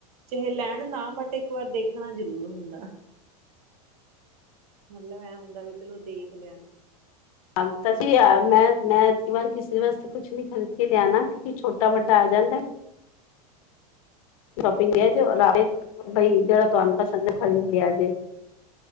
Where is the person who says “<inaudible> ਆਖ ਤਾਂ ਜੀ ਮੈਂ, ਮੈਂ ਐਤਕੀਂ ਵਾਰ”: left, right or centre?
Left